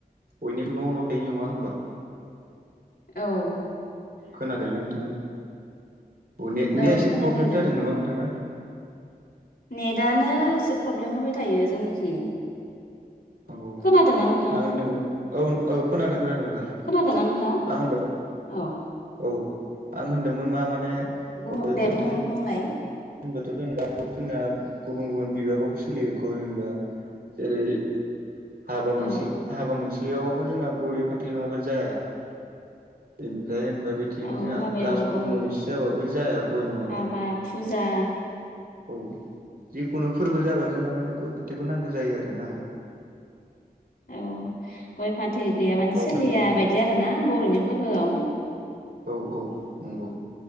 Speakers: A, on the right; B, on the left.
A: बयनिबो न' न' थायो नङा होमबा
B: औ
A: खोनादोंना नोंथां नेटनिया
B: औ
A: एसे
B: खोनादों
A: प्रब्लेम
B: दे
A: जादों नामा नोंथांना
B: नेटनो एसे प्रब्लेम होबाय थायो जोंनिखि
A: औ
B: खोनादों नों
A: आं होनदों औ औ खोनादों खोनादों नोंथां
B: खोनादों नोंथा
A: आं होनदों
B: औ
A: औ आं होनदोंमोन मा माने
B: बुं
A: गय
B: दे
A: फाथै
B: बुं बुंलाय
A: होनबाथ' जों द जोंना गुबुन गुबुन बिबाबावबो सोलियो गय होनबा जेरै हाबा मोनसे
B: औ
A: हाबा मोनसेयावबो जोंहा गय फाथै नङाबा जाया ओमफ्राय होनबा बेथिं
B: औ
A: जोंहा
B: हाबायाव
A: कास फर्म'
B: औ
A: मोनसे जाबाबो जाया गय नङाबा
B: हाबा फुजा
A: औ जिखुनु फोरबो जाबानो जों न माने गय फाथैखौ नांगौ जायो आरो ना
B: औ गय फाथै गैयाबानो
A: बावबाथाय
B: सोलिया बायदि आरोना बर'नि फोरबोआव
A: औ औ नंगौ